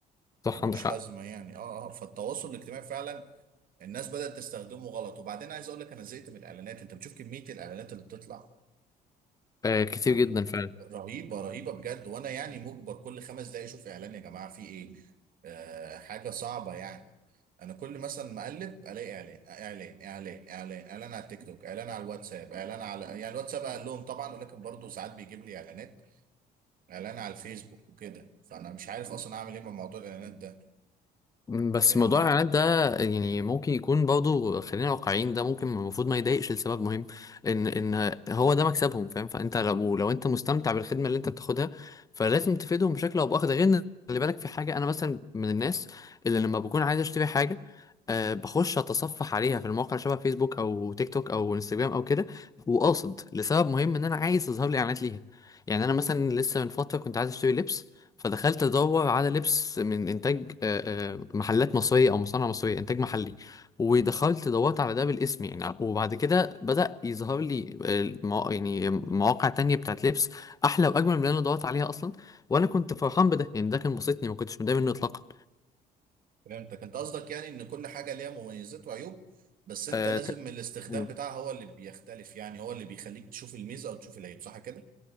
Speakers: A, on the left (about 20°); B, on the right (about 55°).
A: صح
B: ملوش
A: عندك حق
B: لازمه يعني اه اه فالتواصل الاجتماعي فعلا الناس بدأت تستخدمه غلط وبعدين عايز اقول لك انا زهقت من الاعلانات انت بتشوف كميه الاعلانات اللي بتطلع
A: آه، كتير
B: رهيب-
A: جدا فعلا
B: رهيبه رهيبه بجد وانا يعني مجبر كل خمس دقايق اشوف اعلان يا جماعه في ايه آه حاجه صعبه يعني انا كل مثلا ما اقلب الاقي اعلان اعلان اعلان اعلان اعلان على التيك توك اعلان على الواتساب اعلان على يعني الواتساب اقل لهم طبعا ولكن برضه ساعات بيجيب لي اعلانات اعلان على الفيسبوك وكده فانا مش عارف اصلا اعمل ايه مع موضوع الاعلانات ده
A: بس
B: انت فاهمني
A: موضوع الاعلانات ده يعني ممكن يكون برضه خلينا واقعيين ده ممكن المفروض ما يضايقش لسبب مهم ان ان هو ده مكسبهم فاهم فانت لو لو انت مستمتع بالخدمه اللي انت بتاخدها فلازم تفيدهم بشكل او باخر ده غير ان خلي بالك في حاجه انا مثلا من الناس اللي لما بكون عايز اشتري حاجه أه بخش اتصفح عليها في المواقع شبه فيسبوك او تيك توك او انستجرام او كده وقاصد لسبب مهم ان انا عايز يظهر لي اعلانات ليها يعني انا مثلا لسه من فتره كنت عايز اشتري لبس فدخلت ادور على لبس من انتاج آه، آه، محلات مصريه او مصانع مصريه انتاج محلي ودخلت دورت على ده بالاسم يعني وبعد كده بدا يظهر لي آه، الموا- يعني مواقع تانية بتاعت لبس احلى واجمل من اللي انا دورت عليها اصلا وانا كنت فرحان بده يعني ده كان بسطني ما كنتش متضايق منه اطلاقا
B: فهمتك انت قصدك يعني ان كل حاجه ليها مميزات وعيوب بس انت
A: اه
B: لازم
A: ت-
B: الاستخدام
A: مم.
B: بتاعها هو اللي بيختلف يعني هو اللي بيخليك تشوف الميزه او تشوف العيب صح كده